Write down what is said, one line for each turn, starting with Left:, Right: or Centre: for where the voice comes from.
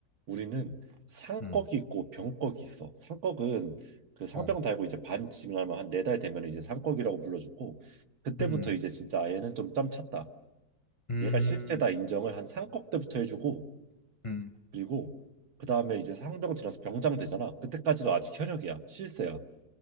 Right: 우리는 상꺽이
Left: 음,
Right: 있고 병꺽이 있어. 상꺽은 그 상병
Left: 어,
Right: 달고 이제 반 지나면 한 네 달 되면 이제 상꺽이라고 불러주고 그때부터
Left: 음,
Right: 이제 진짜 얘는 좀 짬 찼다.
Left: 음,
Right: 얘가 실세다 인정을 한 상꺽 때부터 해주고
Left: 음.
Right: 그리고 그 다음에 이제 상병 지나서 병장 되잖아. 그때까지도 아직 현역이야. 실세야.